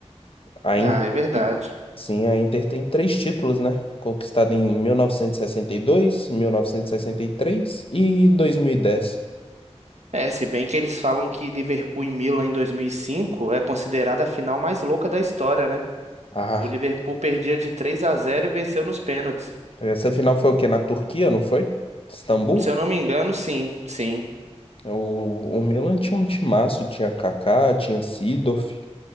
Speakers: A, on the left; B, on the right.
A: A
B: Ah,
A: Inter,
B: é verdade.
A: sim, a Inter tem três títulos, né? Conquistado em mil novecentos e sessenta sessenta e e e sessenta e três e dois, dois mil mil novecentos três dez.
B: É, se bem que eles falam que Liverpool e Milan em 2005 é considerada a final mais louca da história, né?
A: Ah,
B: O Liverpool perdia de 3 a 0 e venceu nos pênaltis.
A: essa final foi o quê? Na Turquia, não foi? Istambul?
B: Se eu não me engano, sim, sim,
A: O, o Milan tinha um timaço, tinha Kaká, tinha Seedorf.